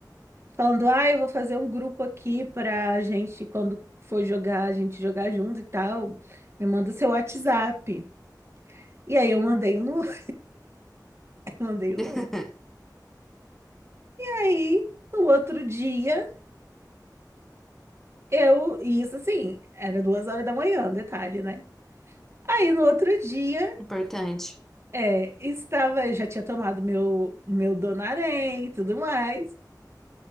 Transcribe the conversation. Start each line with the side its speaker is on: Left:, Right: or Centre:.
Right: falando: "Ah, eu vou fazer um grupo aqui pra gente quando for jogar, a gente jogar junto e tal. Me manda seu WhatsApp". E aí
Centre: Uhum.
Right: eu mandei o número, <laughs> eu mandei
Centre: <laughs>
Right: o número. Aí, no outro dia, eu, e isso assim, era duas horas da manhã, detalhe, né? Aí no outro dia,
Centre: Importante.
Right: É, estava, eu já tinha tomado meu, meu Donarém e tudo mais.